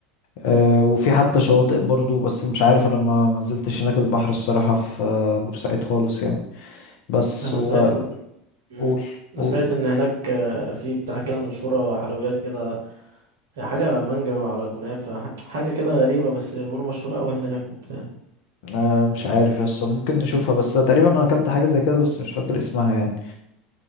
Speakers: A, on the left; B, on the right.
A: آه، وفي حتى شواطئ برضو بس مش عارف أنا ما منزلتش هناك البحر الصراحة في آه، بورسعيد خالص يعني بس
B: انا
A: و-
B: سمعت ان مم.
A: قول
B: انا
A: قول
B: سمعت ان هناك آه، في بتاع كده مشهورة حلويات كده حاجة مانجا على كنافة ح- حاجة كده غريبة بس بيقولوا مشهورة اوي هناك وبتاع
A: آه مش عارف يس ممكن نشوفها بس تقريبا انا اكلت حاجه زي كده بس مش فاكر اسمها يعني